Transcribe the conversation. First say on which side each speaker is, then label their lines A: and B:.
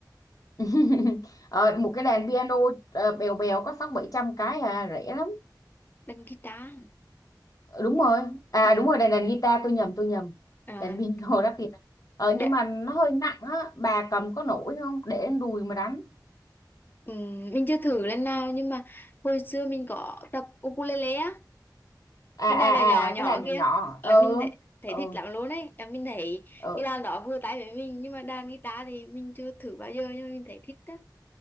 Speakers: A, on the left; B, on the left.
A: <laughs> Ờ, một cái đàn piano ờ, bèo bèo có sáu bảy trăm cái à rẻ lắm
B: đàn guitar.
A: Ờ, đúng rồi à
B: Ừ.
A: đúng rồi đàn đàn guitar tôi nhầm tôi nhầm
B: À,
A: đàn piano đắt tiền ờ
B: đ-
A: nhưng mà nó hơi nặng á bà cầm có nổi không để đùi mà đánh
B: ừ, mình chưa thử lần nào nhưng mà hồi xưa mình có tập ukulele á,
A: à
B: cái
A: à
B: đàn nhỏ nhỏ
A: à
B: nhỏ
A: cái làn nhỏ
B: kia
A: nhỏ
B: là
A: ừ
B: mình thấy, thấy
A: ừ
B: thích lắm luôn ấy. Là mình thấy
A: ừ
B: cái đàn đó vừa tay với mình nhưng mà đàn guitar thì mình chưa thử bao giờ nhưng mà mình thấy thích á.